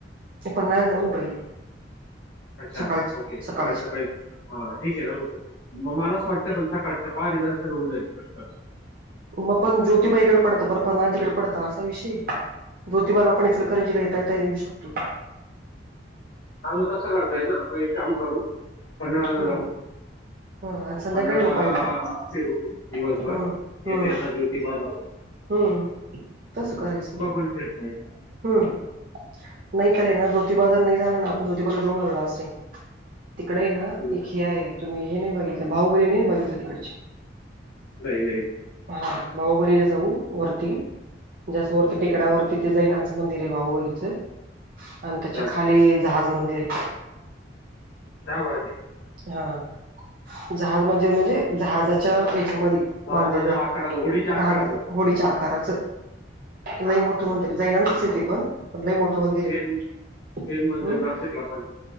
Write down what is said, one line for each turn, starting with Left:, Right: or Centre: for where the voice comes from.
Right: ते पन्हाळ्याला जाऊन पहिली,
Left: अच्छा
Right: सकाळची
Left: ओके
Right: सकाळची
Left: सगळ सकाळी. हा ठीक आहे ना मग, मग मला असं वाटतं पण सकाळच पदर्शन होऊन जाईल फक्त
Right: मग पण ज्योतिबाईकडे पडत पर पण ना तिकड, पड असा विषय ये ज्योतिबाला
Left: अच्छा, अच्छा.
Right: आपण इचलकरंजीला येता, येता य येऊ शकतो.
Left: का मग तसं करता येईल ना मग एक काम करू पन्हाळ्याला
Right: हम्म
Left: जाऊ.
Right: हा आणि संध्याकाळी
Left: पन्हाळा
Right: झोपायला
Left: फिरू दिवसभर,
Right: तर हम्म
Left: येता
Right: हम्म
Left: येता ज्योतिबा जाऊ.
Right: हम्म! तसं करायचं म.
Left: कुठं फिरता येईल.
Right: हम् नाहीतर आहे ना ज्योतिबा जर नाही झाला ना, आपण ज्योतिबाला जाऊन मारो लास्ट टाईम. तिकडे आहे ना
Left: हम्म.
Right: एक हे आहे तुम्ही हे नाही बघितलं भाहुबली नाही बघितलं तिकडची,
Left: नाही नाही.
Right: हां बाहुबलीला जाऊ वरती जास्त
Left: नाही.
Right: स वरती तिकडावरती ते जाईन. मंदिर आहे बाहुवलीच आणि
Left: अच्छा
Right: त्याच्या खाली जहाज मंदिर आहे.
Left: जावू आदि.
Right: हां, जहाज म्हणजे म्हणजे जहाजाच्या हच्यामध्ये
Left: जहाजाच्या
Right: बांधलेलंय
Left: आकाराचं होडीच्या आकाराचं
Right: जहाज होडीच्या आकाराचं.
Left: अच्छा
Right: लैय मोठं मंदिर जैनांच ते पण लैय मोठं मंदिर
Left: प्रेम
Right: आहे.
Left: प्रेम मंदिर
Right: ह
Left: नाशिकला पण